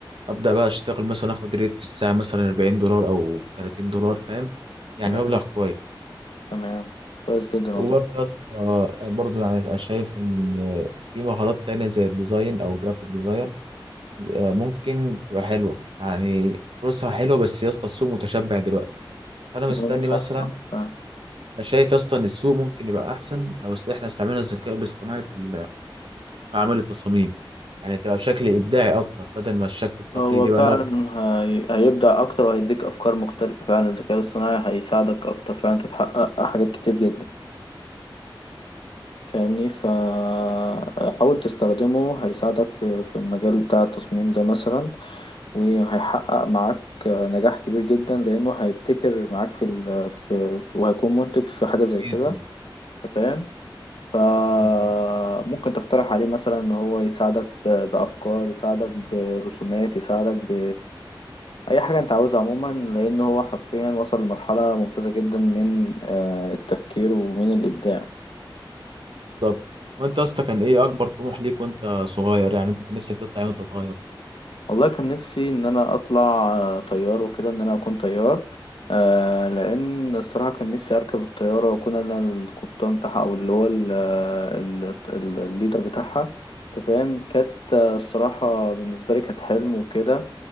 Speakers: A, on the right; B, on the left.
A: ابدا بقى اشتغل مثلا اخد ريت في الساعه مثلا 40 دولار او 30 دولار فاهم يعني
B: تمام
A: مبلغ كويس
B: تمام كويس جدا والله
A: وبرضه يا اسطى برضه يعني أنا شايف ان في مهارات تانية زي الديزاين او الجرافيك ديزاين آه، ممكن تبقى حلوه يعني فلوسها حلوه بس يا اسطى السوق متشبع دلوقتي فانا مستني
B: المهم، صح
A: مثلا
B: صح
A: انا شايف يا اسطى ان السوق ممكن يبقى احسن لو است- احنا استعملنا الذكاء الاصطناعي في ال- في اعمال التصاميم يعني تبقى بشكل ابداعي اكتر بدل ما الشكل التقليدي
B: هو
A: بقى
B: فعلا
A: اللي هو
B: هي... هيبدع اكتر وهيديك افكار مختلفة فعلا الذكاء الاصطناعي هيساعدك اكتر فعلا تتحقق حاجات كتير جدا فاهمني فحاول تستخدمه هيساعدك في في المجال بتاع التصميم ده مثلا وهيحقق معاك نجاح كبير جدا لأنه هيبتكر معاك في ال... في... في وهيكون منتج في حاجة زي
A: بيطلع-
B: كده أنت فاهم فممكن
A: بيطلع.
B: تقترح عليه مثلا ان هو يساعدك ب- بافكار يساعدك برسومات يساعدك ب اي حاجه انت عاوزها عموما لان هو حرفيا وصل لمرحله ممتازه جدا من آه، التفكير ومن الابداع
A: بالظبط وانت يا اسطى كان ايه اكبر طموح ليك وانت صغير يعني انت كان نفسك تطلع ايه وانت صغير
B: والله كان نفسي ان انا اطلع آه، طيار وكده ان انا اكون طيار آه، لان الصراحه كان نفسي اركب الطياره واكون انا القبطان بتاعها او اللي هو ال- ال- ال- الليدر بتاعها انت فاهم كانت آه، الصراحه بالنسبه لي كانت حلم وكده